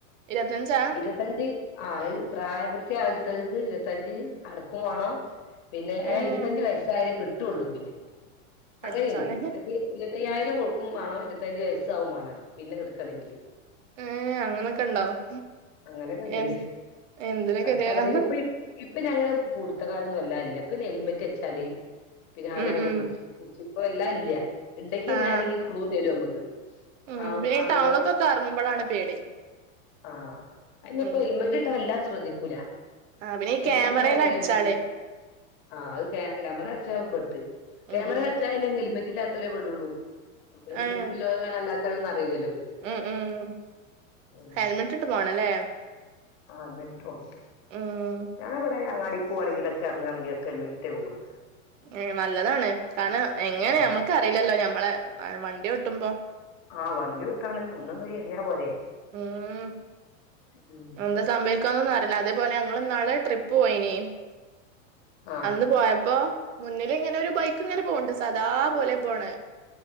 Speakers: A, on the right (about 65°); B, on the left (about 40°).
A: ഇരുപത്തഞ്ചാ
B: ഇരുത്തഞ്ച് ആ പ്രായപൂർത്തി ആഴത്തിൽക്ക് ഇരുപത്തഞ്ച് അടുക്കും വേണം പിന്നെ
A: ഉം
B: ഇരുപത്തഞ്ച് വയസ്സായാലേ കിട്ടുള്ളൂ പിന്നെ
A: പടച്ചോനെ
B: അങ്ങനെയുണ്ട് അയ്യായിരം കൊടുക്കുമാണം ഇരുപത്തഞ്ച് വയസ്സാവുംമാണല്ലോ പിന്നെ എടുക്കണെങ്കിൽ
A: ഏ അങ്ങനൊക്കെണ്ടാവും
B: അങ്ങനെയൊക്കെണ്ട്
A: ഏ എന്തൊരുക്കെതീടാന്നാ
B: വട്ടവടയിൽ ഇപ്പൊ ഇപ്പൊ പിന്നെ അങ്ങനെ പുടുത്തക്കാരൊന്നും വല്ലാതെ ഇല്ല ഇപ്പം പിന്നെ ഹെൽമെറ്റ് വെച്ചാൽ പിന്നെ ആരങ്ങനെ
A: ഉം ഉം
B: പു വല്ലാതെയില്ല ഇണ്ടെങ്കിൽ തന്നെ
A: ആഹ്
B: ആരെങ്കിൽ ക്ലൂ തരും നമ്മക്ക്
A: ഉം
B: ആ
A: പിന്നെ
B: ആണുങ്ങള്‍
A: ഈ <unintelligible> പേടി
B: ആഅയിനിപ്പോ
A: ഉം
B: എല്മറ്റിട്ടാൽ വല്ലാതെ ശ്രദ്ധിക്കൂല
A: ആഹ് പിന്നെ ഈ
B: ഹെൽമറ്റിലാത്തൊരണങ്കിൽ
A: ക്യാമറേല് അടിച്ചാലേ
B: ആഹ അത് ക്യാമറ അടച്ച പെട്ട് ക്യാമറ
A: ഉം ഉം
B: അടച്ചാൽ ഹെൽമറ്റ് ഹെൽമറ്റില്ലാത്തൊലേ പെടുള്ളൂ അപ്പൊ ലൈസൻസിള്ളോരാണോ
A: ഏഹ്
B: അല്ലാത്തോരാണോ അറിയില്ലല്ലോ
A: ഉം ഉം
B: ഉം
A: ഹെൽമെറ്റ് ഇട്ട് പോണല്ലേ
B: ആ <unintelligible>
A: ഉം
B: ഞാൻ ഇവിടെ അങ്ങാടി പോവാണെങ്കിലോക്കെ ഇറങ്ങുകണെങ്കിലോക്കെ ഹെൽമറ്റിട്ടേ പോകുള്ളു
A: ഏ നല്ലതാണ് കാരണം എങ്ങനെ
B: ആഹ്
A: നമ്മൾക്ക് അറിയില്ലല്ലോ ഞമ്മളെ വണ്ടി ഓട്ടുമ്പോ
B: ആഹ് വണ്ടി വിട്ടാണ് ഒന്നൊന്ന് ചെരിഞ്ഞാ പോരെ
A: ഉം
B: ഉം
A: എന്താ സംഭവിക്കാന്നൊന്നും അറിയില്ല അതേപോലെ ഞങ്ങൾ ഇന്നാൾ ട്രിപ്പ് പോയിനി
B: ആഹ്
A: അന്ന് പോയപ്പോ മുന്നിൽ ഇങ്ങനെ ഒരു ബൈക്ക് ഇങ്ങനെ പോകണ്ട് സാദാ പോലെ പോണത്